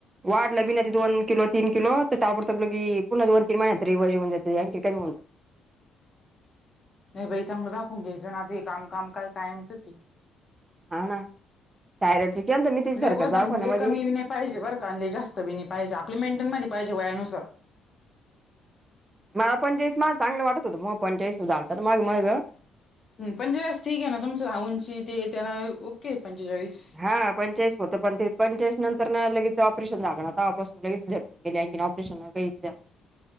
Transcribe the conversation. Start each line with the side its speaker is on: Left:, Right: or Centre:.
Right: वाढलं बिन ती दोन किलो तीन किलो तर ताबोडतोब लगी पुन्हा दोन तीन महिन्यात रिवज येऊन जात आणखी कमी होऊ.
Left: नाही बाई चांगलं दाखवून घ्यायचा ना ते कामकाम काय कायमचेच आहे.
Right: हाव ना थायरॉइडची केलं तर मी तिची
Left: लय
Right: सरकार
Left: वजन
Right: बाऊ पण
Left: लय
Right: आहे मधी.
Left: कमी बी नाही पाहिजे वर्कांली जास्त बिनी पाहिजे आपली मेंटेनमध्ये पाहिजे वयानुसार.
Right: मला पंचावीस मला चांगलं वाटत होतं मग पंचावीस झालं तर मग मग
Left: हम्म पंचेचाळीस ठीक आहे ना तुमचं हा ऊंची ते त्यांना ओके पंचेचाळीस.
Right: हा पंचाळीस होतं पण ते पंचाळीस नंतर ना लगेच ऑपरेशन झालं ना आतापासून लगेच झ केल्या की नाय ऑपरेशन. <unintelligible>